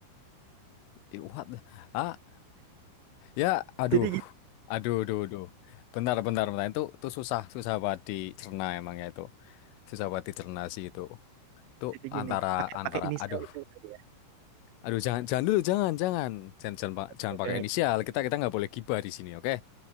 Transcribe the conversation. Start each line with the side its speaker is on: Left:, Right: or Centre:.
Left: Eh, what the- ah ya aduh
Right: Jadi gini
Left: aduh aduh aduh bentar bentar bentar itu itu susah susah banget dicerna emang ya itu susah banget dicerna sih itu Itu
Right: jadi gini,
Left: antara
Right: pakai
Left: antara
Right: pakai inisial
Left: aduh
Right: itu tadi ya?
Left: aduh jangan jangan dulu jangan jangan jangan jangan, pa- jangan
Right: Oke
Left: pakai inisial
Right: oke.
Left: kita kita nggak boleh gibah di sini oke